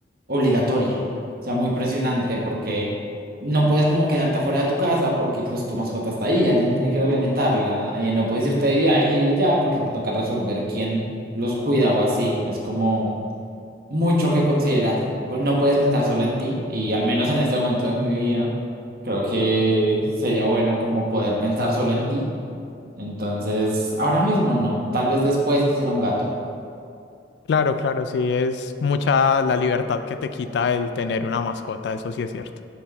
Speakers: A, on the right; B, on the left.
A: obligatoria, o sea, muy presionante porque no puedes como quedarte afuera de tu casa porque pues tu mascota está ahí, alguien tiene que alimentarla, eh, no puedes irte de viaje y ya porque te toca resolver quién los cuida o así. Es como mucho que considerar. Pues no puedes pensar solo en ti y al menos en este momento de mi vida creo que sería bueno como poder pensar solo en ti. Entonces, ahora mismo no, tal vez después quisiera un gato.
B: Claro, claro, sí, es mucha la libertad que te quita el tener una mascota, eso sí es cierto.